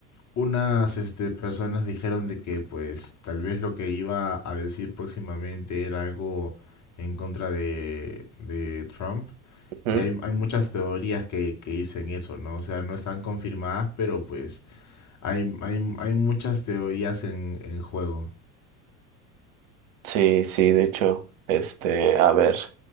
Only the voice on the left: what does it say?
unas este, personas dijeron de que pues tal vez lo que iba a decir próximamente era algo en contra de, de Trump.
Y hay, hay muchas teorías que, que dicen eso, ¿no? O sea, no están confirmadas, pero pues hay, hay, hay muchas teorías en, en juego.